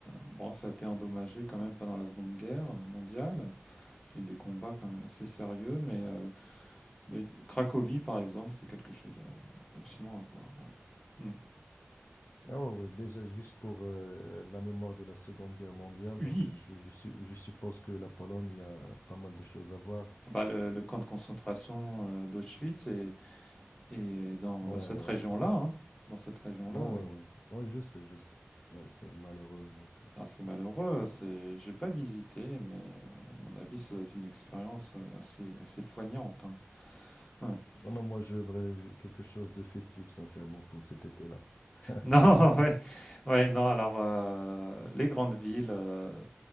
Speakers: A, on the left (about 20°); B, on the left (about 60°).
A: Bon, ça a été endommagé quand même pendant la Seconde Guerre mondiale. Il y a eu des combats quand même assez sérieux, mais, euh, mais Cracovie, par exemple, c'est quelque chose à- absolument à voir. ouais. Hmm.
B: Ah ouais, ouais, déjà, juste pour euh, la mémoire de la Seconde Guerre mondiale,
A: Oui.
B: donc je, je, su- je suppose que la Pologne, il y a pas mal de choses à voir.
A: Ah Bah, le, le camp de concentration euh, d'Auschwitz est, est dans,
B: Ouais,
A: dans cette
B: ouais,
A: région-là,
B: ouais, ouais.
A: hein. Dans cette région-là,
B: Ouais, ouais,
A: oui.
B: ouais. Ouais, je sais, je sais. Ouais, c'est malheureux, donc. euh.
A: Ah, c'est malheureux, c'est j'ai pas visité, mais euh, à mon avis, ça doit être une expérience euh, assez, assez poignante. hein. Ouais. <laughs>
B: Non, non, moi, j'aimerais ju- quelque chose de festif, sincèrement, pour cet été-là. <laughs>
A: Non, ouais, ouais, non, alors euh, les grandes villes, euh,